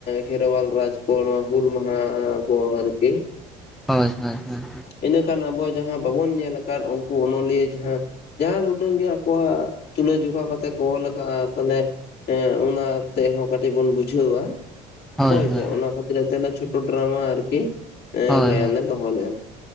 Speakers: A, on the left; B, in the centre.
A: ᱠᱷᱮᱨᱣᱟᱞ ᱨᱟᱡᱽ ᱠᱚ ᱱᱚᱣᱟ ᱦᱩᱞ ᱢᱟᱦᱟ ᱠᱚ ᱟᱨᱠᱤ
B: ᱦᱳᱭ ᱦᱳᱭ ᱦᱳᱭ
A: ᱤᱱᱟᱹ ᱠᱷᱟᱱ ᱟᱵᱚ ᱡᱟᱦᱟᱸ ᱵᱟᱵᱚᱱ ᱧᱮᱞ ᱟᱠᱟᱫ ᱩᱱᱠᱩ ᱚᱱᱚᱞᱤᱭᱟᱹ ᱡᱟᱦᱟᱸ ᱡᱟᱦᱟᱱ ᱩᱰᱟᱹᱝ ᱜᱮ ᱟᱠᱚᱣᱟᱜ ᱛᱩᱞᱟᱹᱡᱚᱠᱷᱟ ᱠᱟᱛᱮ ᱠᱚ ᱚᱞ ᱟᱠᱟᱜᱼᱟ ᱛᱟᱞᱮ ᱮᱸ ᱚᱱᱟ ᱛᱮᱦᱚᱸ ᱠᱟᱹᱴᱤᱡ ᱵᱚᱱ ᱵᱩᱡᱷᱟᱹᱣᱟ
B: ᱦᱳᱭ
A: ᱦᱚᱭ ᱥᱮ,
B: ᱦᱳᱭ
A: ᱚᱱᱟ ᱠᱷᱟᱹᱛᱤᱨ ᱛᱮ ᱪᱷᱚᱴᱚ ᱰᱨᱟᱢᱟ ᱟᱨ ᱠᱤ,
B: ᱦᱳᱭ
A: ᱜᱟᱭᱟᱱ
B: ᱦᱳᱭ
A: ᱞᱮ ᱫᱚᱦᱚ ᱞᱮᱜᱼᱟ ᱾